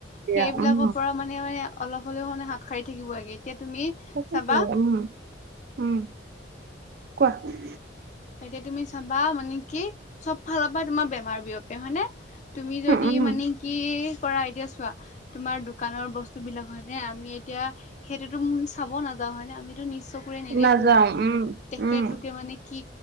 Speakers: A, on the right; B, on the left.
A: দিয়া
B: সেইবিলাকক
A: উম
B: মানে মানে অলপ হলেও মানে হাত সাৰি থাকিব লাগে এতিয়া তুমি
A: তাকে
B: চাবা
A: উম উম কোৱা
B: এতিয়া তুমি চাবা মানে কি চব ফালৰ পা তোমাৰ বেমাৰ বিয়পে হয় নে তুমি যদি
A: উম উম
B: মানে কি কৰা এতিয়া চোৱা তোমাৰ দোকানৰ বস্ বস্তু বিলাক হয় নে আমি এতিয়া সেইটোতো ম চাব নাযাওঁ হয় নে আমিতো নিচ চকুৰে নেদেখো
A: নাযাও উম
B: তেখেতলোকে
A: উম
B: মানে কি